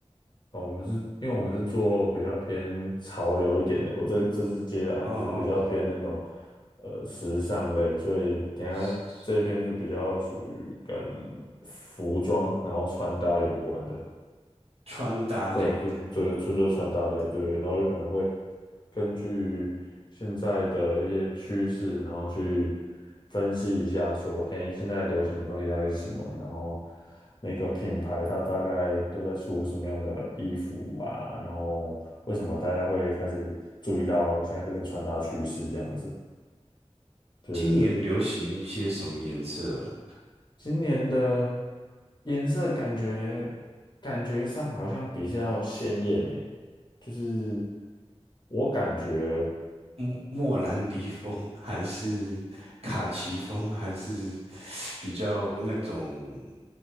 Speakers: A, on the left (about 40°); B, on the right (about 65°).
A: 呃，我们是因为我们是做比较偏潮流一点的，我这这次接的案子是比较偏那种
B: 哦，
A: 呃时尚类，所以等一下这一篇是比较属于跟
B: 是是
A: 服装然后穿搭有关的。
B: 穿搭类的。
A: 对对就这就是穿搭类，
B: 嗯，
A: 对，然后有可能会根据现在的一些趋势，然后去分析一下说，哎，现在流行的东西大概是什么，然后每个品牌它大概都在出什么样的衣服啊，然后为什么大家会开始注意到现在这个穿搭趋势这样子，对
B: 今年流行些什么颜色啊？
A: 今年的颜色感觉感觉上好像比较鲜艳呢，就是我感觉
B: 莫莫兰迪风还是卡其风，还是比较那种